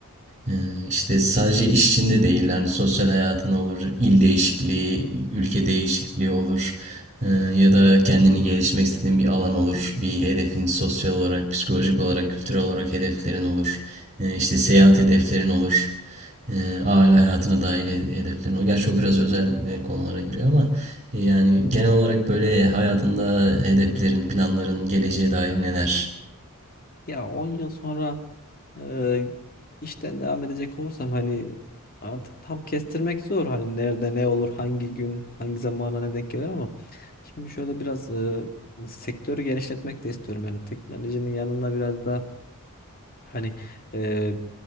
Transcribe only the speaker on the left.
Ya 10 yıl sonra e, işten devam edecek olursam hani artık tam kestirmek zor hani nerede ne olur hangi gün hangi zamana ne denk gelir ama şimdi şöyle biraz e, sektörü genişletmek de istiyorum yani teknolojinin yanında biraz da hani e,